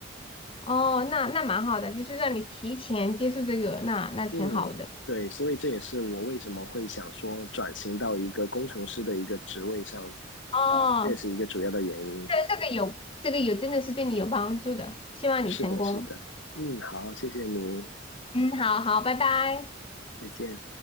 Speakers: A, on the left; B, on the left.
A: 哦，那那蛮好的，就是让你提前接触这个，那那挺好的。
B: 嗯，对，所以这也是我为什么会想说转型到一个工程师的一个职位上，
A: 哦，
B: 这也是一个主要的原因。
A: 对，这个有，这个有，真的是对你有帮助的，希望你成功。
B: 是的，是的。嗯，好，谢谢你，
A: 嗯，好好，拜拜。
B: 再见。